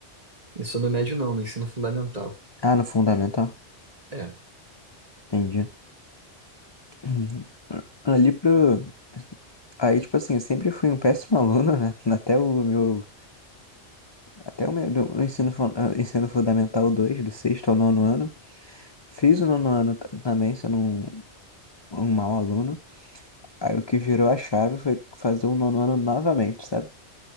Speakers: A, on the right; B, on the left.
A: Ensino médio não, no ensino fundamental.
B: Ah, no fundamental?
A: É,
B: Entendi. <clears throat> Ali pro. Aí, tipo assim, eu sempre fui um péssimo <laughs> aluno, né? Até o meu. Até o meu do- no ensino, fun- ah, ensino fundamental 2, do sexto ao nono ano. Fiz o nono ano t- também, sendo um, um mau aluno. Aí o que virou a chave foi fazer o nono ano novamente, sabe?